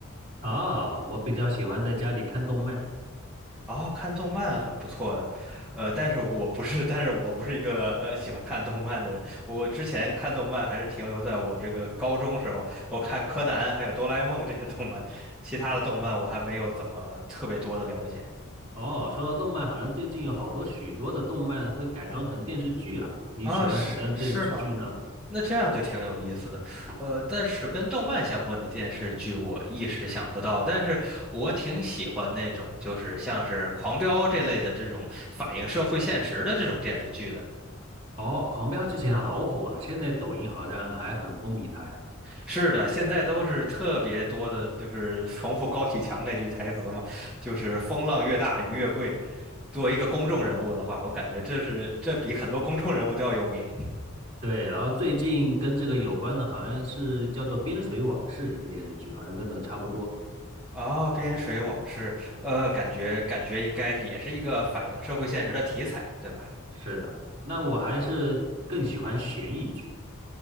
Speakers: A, on the right; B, in the centre.
A: 哦，我比较喜欢在家里看动漫。
B: 哦，看动漫很不错的，呃，但是我不是，<laughs> 但是我不是一个呃喜欢看动漫的人。我之前看动漫还是停留在我这个高中时候，我看柯南还有哆啦 A 梦这些动漫，其他的动漫我还没有怎么特别多的了解。
A: 哦，说到动漫，好像最近有好多许多的动漫会改装成电视剧啊。你喜欢什么样的电视剧呢？
B: 啊，是是吗？那这样就挺有意思的，呃，但是跟动漫相关的电视剧我一时想不到，但是我挺喜欢那种就是像是《狂飙》这类的这种反映社会现实的这种电视剧的。
A: 哦，《狂飙》之前啊老火了，现在抖音好像还很风靡它呀。
B: 是的，现在都是特别多的，就是重复高启强那句台词嘛，就是“风浪越大，鱼越贵”。作为一个公众人物的话，我感觉这是这比很多公众人物都要有名
A: 对，然后最近跟这个有关的，好像是叫做《边水往事》一个电视剧，好像跟这个差不多。
B: 啊，边水往事》，呃，感觉感觉应该是也是一个反映社会现实的题材，对吧？
A: 是的，那我还是更喜欢悬疑剧。